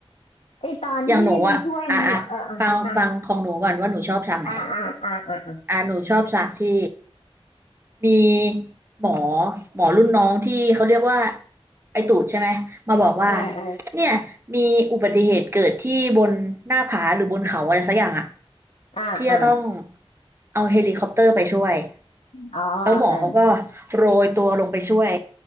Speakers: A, on the left (about 75°); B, on the right (about 25°).
A: ไอตอนที่ไปช่วยมันเหรอเอออ่ะ
B: อย่างหนูอ่ะอ่ะอ่ะฟังฟังของหนูก่อนว่าหนูชอบฉากไหน
A: อ่ะอ่ะอ่ะอ่ะ
B: อ่ะหนูชอบฉากที่ มีหมอหมอรุ่นน้องที่เขาเรียกว่าไอตูดใช่ไหมมาบอกว่า
A: อ่ะอ่ะเออเออ
B: เนี่ยมีอุบัติเหตุเกิดที่บนหน้าผาหรือบนเขาอะไรสักอย่างอะ
A: อ่ะอ่ะ
B: ที่จะต้องเอาเฮลิคอปเตอร์ไปช่วย
A: อ๋อเออ
B: แล้วหมอเขาก็โรยตัวลงไปช่วย